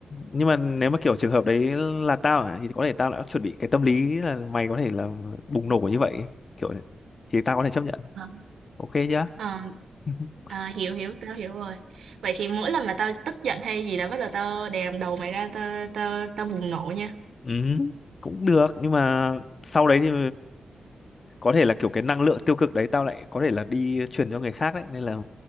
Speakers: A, on the left; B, on the right.
A: nhưng mà nếu mà kiểu trường hợp đấy là tao à, thì có thể tao đã chuẩn bị cái tâm lý là mày có thể là bùng nổ như vậy kiểu thế. thì tao có thể chấp nhận
B: Ờ.
A: ok chưa
B: Ờ,
A: <laughs>
B: à, hiểu hiểu tao hiểu rồi. Vậy thì mỗi lần mà tao tức giận hay gì đó bắt đầu tao đè đầu mày ra tao tao tao bùng nổ nha.
A: ừ, cũng được nhưng mà sau đấy thì có thể là kiểu cái năng lượng tiêu cực đấy tao lại có thể là đi truyền cho người khác đấy nên là